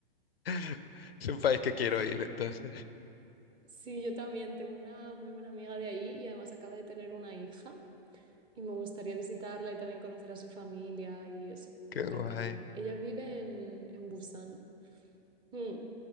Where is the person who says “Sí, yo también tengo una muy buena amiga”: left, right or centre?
Right